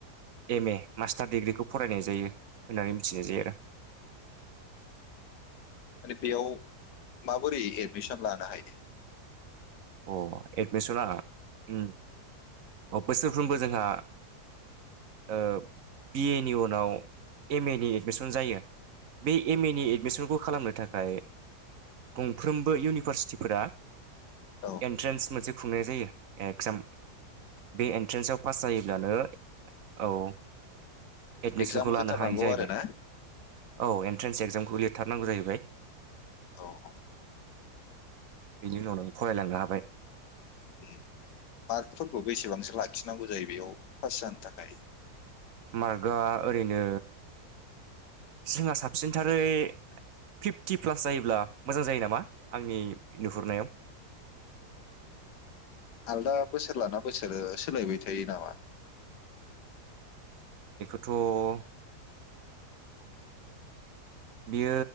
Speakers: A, on the right; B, on the left.
A: एम ए मास्टार डिग्रिखौ फरायनाय जायो होननानै मिथिनाय जायो आरो।
B: माने बेयाव माबोरै एदमिसन लानो हायो?
A: अ' एडमिसना उम बोसोरफ्रोमबो जोंहा ओ बि ए नि उनाव एम ए नि एडमिसन जायो बे एम ए नि एडमिसनखौ खालामनो थाखाय गंफ्रोमबो इउनिभारसिटिफोरा
B: औ
A: एन्ट्रेन्स मोनसे खुंनाय जायो एक्जाम बे एन्ट्रेन्सआव पास जायोब्लानो औ। एडमिसनखौ
B: एक्जाम
A: लानो
B: होथारनांगौ
A: हायो जाहैबाय
B: आरो ना?
A: औ एन्ट्रेन्स एक्जामखौ लिरथारनांगौ जायैबाय।
B: औ औ
A: बेनि उनाव नों फरायलांनो हा
B: उम मार्कफोरखौ बेसेबांसो लाखिनांगौ जायो बेयाव फास जानो थाखाय?
A: मार्कआ ओरैनो जोंहा साबसिनथारै फिफ्टि प्लास जायोब्ला मोजां जायो नामा आंनि नुहुरनायाव।
B: आलदा बोसोर लाना बोसोरो सोलायबाय थायो नामा?
A: थ' बियो